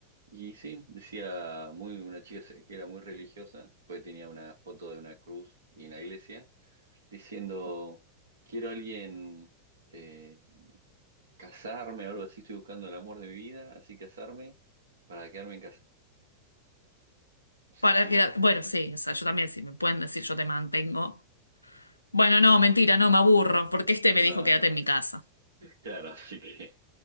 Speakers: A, on the right (about 65°); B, on the left (about 80°).
A: Y sí, decía muy una chica se- que era muy religiosa, pues tenía una foto de una cruz y en la iglesia, diciendo, quiero a alguien eh, casarme o algo así, estoy buscando el amor de mi vida, así casarme para quedarme en casa. Así
B: Para
A: que,
B: quedar. Bueno, sí, o sea, yo también, si me pueden decir yo te mantengo. Bueno, no, mentira, no, me aburro, porque este me
A: no,
B: dijo quédate en mi casa.
A: claro, <laughs> así que...